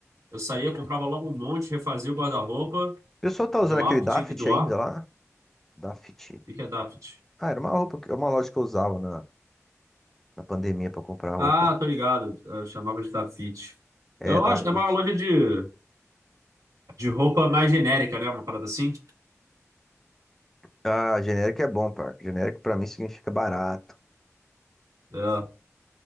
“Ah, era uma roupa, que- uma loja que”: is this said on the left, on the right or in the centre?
Centre